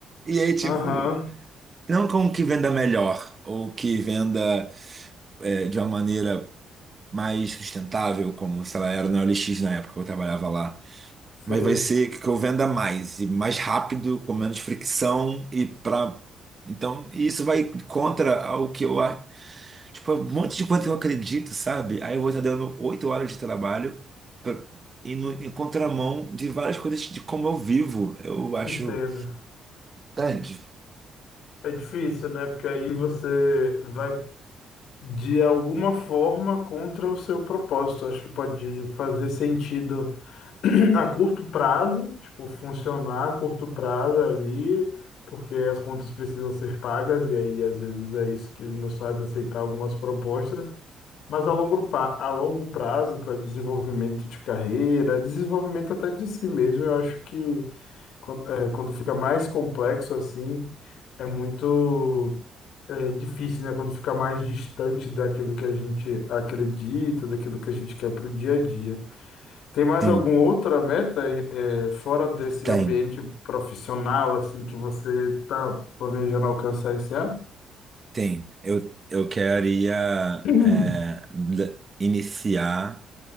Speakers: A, on the right (about 30°); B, on the left (about 80°).
A: E aí, tipo,
B: Aham,
A: não com que venda melhor, ou que venda é, de uma maneira mais sustentável, como, sei lá, era no OLX na época que eu trabalhava lá.
B: sei,
A: mas vai ser que eu venda mais e mais rápido, com menos fricção e para então e isso vai contra o que eu a- tipo um monte de coisa que eu acredito, sabe? Aí eu vou estar dando oito horas de trabalho pra- e no, em contramão de várias coisas de como eu vivo. Eu acho
B: entendo.
A: Entende?
B: É difícil, né? Porque aí você vai de alguma forma contra o seu propósito. Acho que pode fazer sentido. <clears throat> a curto prazo, tipo, funcionar a curto prazo ali, porque as contas precisam ser pagas, e aí às vezes é isso que nos faz aceitar algumas propostas, mas a longo, pa- a longo prazo, para desenvolvimento de carreira, desenvolvimento até de si mesmo, eu acho que quando, é, quando fica mais complexo assim, é muito. É difícil, né? Quando fica mais distante daquilo que a gente acredita, daquilo que a gente quer para o dia a dia. Tem mais
A: Sim,
B: alguma outra meta eh, eh, fora desse
A: tem,
B: ambiente profissional assim que você está planejando alcançar esse ano?
A: tem. Eu, eu queria
B: Uhum.
A: é, da- iniciar